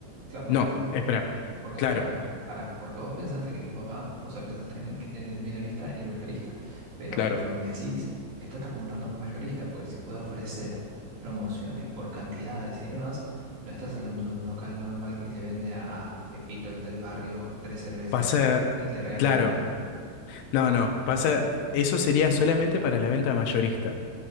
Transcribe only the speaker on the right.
claro, porque
vos
Porque
vos, pe- pará, pará, porque vos pensaste que tu papá, o sea, pensaste en, que tiene el minorista y el mayorista, pero
por lo que me decís, esto está apuntando a un mayorista, pues si puede ofrecer promociones por cantidades y demás, no estás hablando de un local normal que le vende a, a Pepito, el del barrio, tres cervezas
eh, y le regala
una.